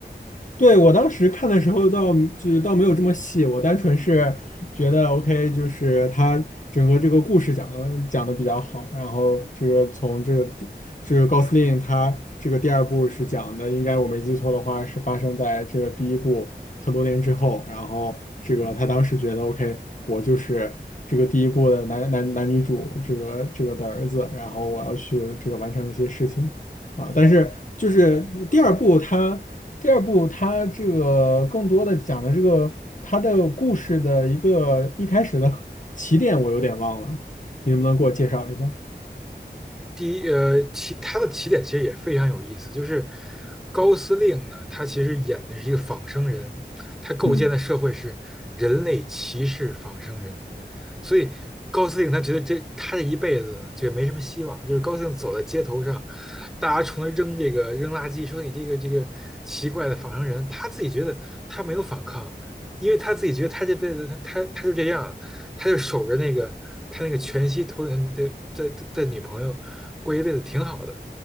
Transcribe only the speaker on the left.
对，我当时看的时候倒就是倒没有这么细，我单纯是觉得 OK，就是他整个这个故事讲的讲的比较好，然后这个从这个第这个高司令他这个第二部是讲的，应该我没记错的话是发生在这个第一部很多年之后，然后这个他当时觉得 OK，我就是这个第一部的男男男女主这个这个的儿子，然后我要去这个完成一些事情。啊，但是就是呃第二部他。第二部它这个更多的讲的这个它的故事的一个一开始的 <laughs> 起点，我有点忘了，你能不能给我介绍一下？
嗯，